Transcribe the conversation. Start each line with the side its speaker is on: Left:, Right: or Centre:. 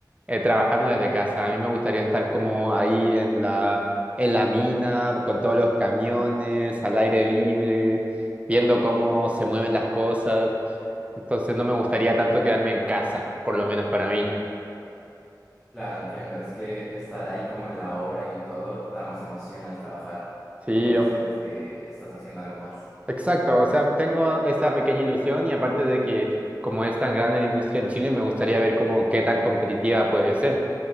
Right: eh, trabajando desde casa. A mí me gustaría estar como ahí en la en la mina con todos los camiones, al aire libre, viendo cómo se mueven las cosas. Entonces no me gustaría tanto quedarme en casa, por lo menos para mí.
Centre: Claro, entiendo. Es que estar ahí como en la obra y en todo da más emoción al trabajar,
Right: Sí,
Centre: como que
Right: o-
Centre: sientes que estás haciendo algo más.
Right: exacto. O sea, tengo esa pequeña ilusión y aparte de que como es tan grande la industria en Chile, me gustaría ver como qué tan competitiva puede ser.